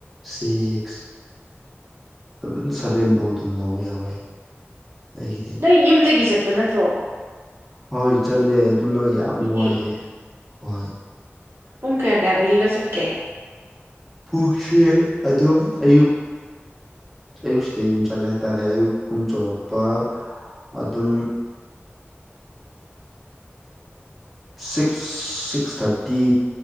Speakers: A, in the centre; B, on the right (about 70°).
A: ꯁꯤꯛꯁ ꯑꯗꯨꯝ ꯁꯕꯦꯟ ꯐꯧ ꯑꯗꯨꯝ ꯂꯧꯕ ꯌꯥꯎꯋꯦ ꯑꯩꯒꯤꯗꯤ
B: ꯅꯪ ꯌꯨꯝꯗꯒꯤ ꯆꯠꯄ ꯅꯠꯇ꯭ꯔꯣ
A: ꯍꯣꯏ ꯆꯠꯂꯦ ꯑꯗꯨꯅ ꯌꯥꯝ
B: ꯅꯨꯡꯇꯤꯒꯤ
A: ꯅꯨꯡꯉꯥꯏꯌꯦꯍ‌ꯦ ꯍꯣꯏ
B: ꯄꯨꯡ ꯀꯌꯥ ꯀꯌꯥꯗꯒꯤꯒ ꯆꯠꯀꯦ
A: ꯄꯨꯡꯁꯦ ꯑꯗꯨꯝ ꯑꯌꯨꯛ ꯑꯌꯨꯛꯁꯤꯗꯩ ꯑꯗꯨꯝ ꯆꯠꯂꯦ ꯍꯥꯏꯇꯥꯔꯦ ꯑꯌꯨꯛ ꯄꯨꯡ ꯆꯥꯎꯔꯥꯛꯄ ꯑꯗꯨꯝ ꯁꯤꯛꯁ ꯁꯤꯛꯁ ꯊꯥꯔꯇꯤ